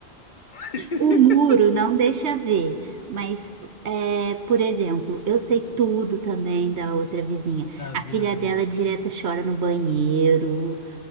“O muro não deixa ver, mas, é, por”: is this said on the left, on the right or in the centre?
Right